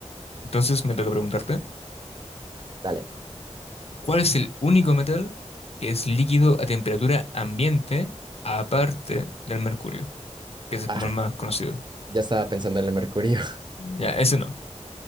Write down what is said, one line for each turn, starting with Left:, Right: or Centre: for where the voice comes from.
Left: Entonces me toca preguntarte,
Right: Dale.
Left: ¿cuál es el único metal que es líquido a temperatura ambiente aparte del mercurio? Que ese es
Right: Ah,
Left: como el más conocido.
Right: ya estaba pensando en el mercurio.
Left: Ya, ese no.